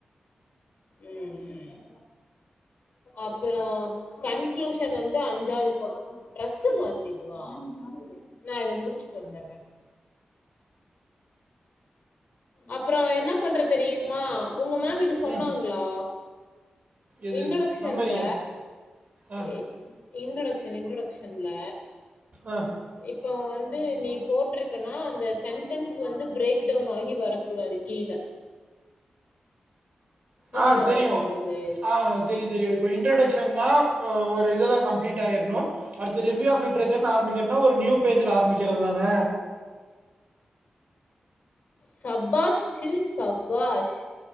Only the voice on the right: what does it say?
ம் எது
சம்மரியா ஆ
ஆ
ஆ தெரியு
ஆ தெரியு தெரியு இப்போ இன்ட்ரொடக்க்ஷன்னா ஒரு இதில கம்ப்ளீட் ஆயிர்ணு அடுத்தது ரிவ்யூ ஆப் லிட்ரேச்சர்னு ஆரம்பிக்கும்னா ஒரு நியூ பேஜ்ல ஆரம்பிக்கிறதுதான